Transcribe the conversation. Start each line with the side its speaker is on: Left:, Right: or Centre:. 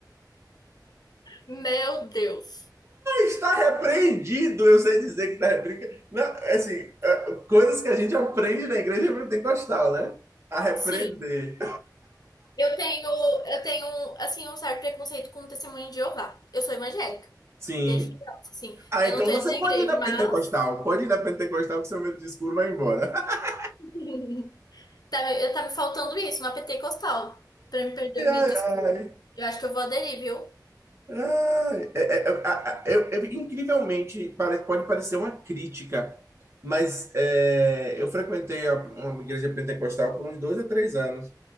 Left: Meu Deus.
Right: Está repreendido, eu sei dizer que está repreendido. Não, assim, é, coisas que a gente aprende na igreja pentecostal, né? A repreender.
Left: Sim. Eu tenho, eu tenho, assim, um certo preconceito com o testemunho de Jeová. Eu sou evangélica.
Right: Sim.
Left: Desde criança, assim.
Right: Ah,
Left: Eu
Right: então
Left: não tô
Right: você
Left: indo na
Right: pode
Left: igreja,
Right: ir na
Left: mas...
Right: pentecostal. Pode ir na pentecostal que seu medo de escuro vai embora. <laughs>
Left: <laughs> Tá, me- eu tá me faltando isso, uma pentecostal. Pra me perder,
Right: Ai,
Left: me desculpa.
Right: ai, ai.
Left: Eu acho que eu vou aderir, viu?
Right: Ai, é, é, é, a- a- eu- eu- incrivelmente, pare- pode parecer uma crítica, mas é, eu frequentei a- uma igreja pentecostal por uns dois a três anos.